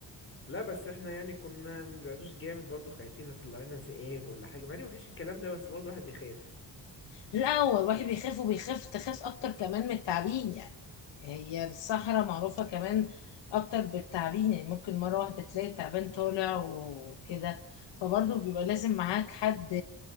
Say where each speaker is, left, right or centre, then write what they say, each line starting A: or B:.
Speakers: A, on the left; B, on the left.
A: لا بس احنا يعني كنا ما بنبعدوش جامد برضو خايفين يطلع لنا ذئاب ولا حاجة مع ان مفيش الكلام ده بس برضو الواحد بيخاف
B: لا هو الواحد بيخاف وبيخاف تخاف اكتر كمان من التعابين يعني هي الصحراء معروفة كمان اكتر بالتعابين يعني ممكن مرة واحدة تلاقي تعبان طالع وكده فبرضه بيبقى لازم
A: <clears throat>
B: معاك حد